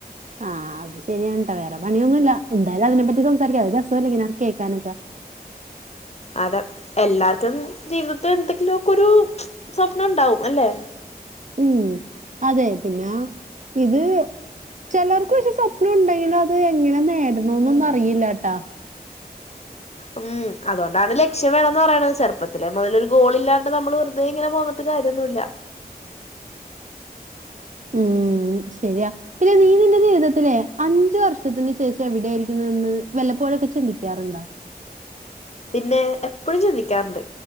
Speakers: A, on the right; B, on the left.
A: ആഹ് അത്ശരിയാണ് ട്ടാ വേറെ പണിയൊന്നുംല്ല എന്തായാലും അതിനെപ്പറ്റി സംസാരിക്കാ അത് രസ്സല്ലെ ഇങ്ങനെ കേക്കാനൊക്കെ
B: അതെ എല്ലാർക്കും ജീവിതത്തില് എന്തെങ്കിലും ഒക്കൊരു സ്വപ്നം ഇണ്ടാവും അല്ലെ
A: ഉം അതെ പിന്നാ ഇത് ചെലർക്ക് പഷെ സ്വപ്നം ഉണ്ടെങ്കിലും അത് എങ്ങനെനേടണോന്നൊന്നും അറിയില്ലട്ട
B: ഉം അതോണ്ടാണ് ലക്ഷ്യം വേണന്ന് പറയണത് ചെറുപ്പത്തിലെ മുതലൊരു ഗോളില്ലാണ്ട് നമ്മൾ വെറുതെ ഇങ്ങനെ പോന്നിട്ട് കാര്യൊന്നുല്ല
A: ഉം ശരിയാ പിന്നെ നീ നിന്റെ ജീവിതത്തിലെ അഞ്ചു വർഷത്തിന് ശേഷം എവിടെ ആയിരിക്കുന്നെന്ന് വല്ലപ്പോഴൊക്കെ ചിന്തിക്കാറുണ്ടോ
B: പിന്നെ എപ്പഴും ചിന്തിക്കാറുണ്ട്